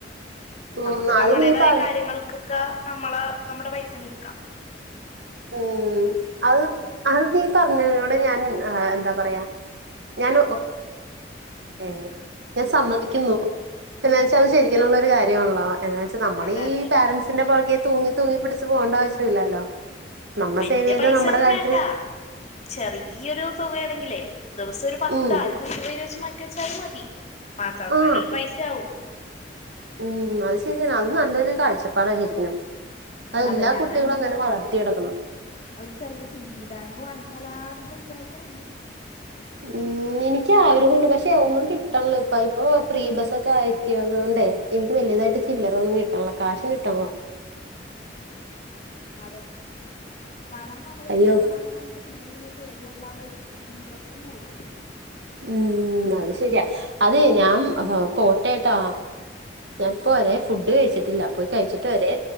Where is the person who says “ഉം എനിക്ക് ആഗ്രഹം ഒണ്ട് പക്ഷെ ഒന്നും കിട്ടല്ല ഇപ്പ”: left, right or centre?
Right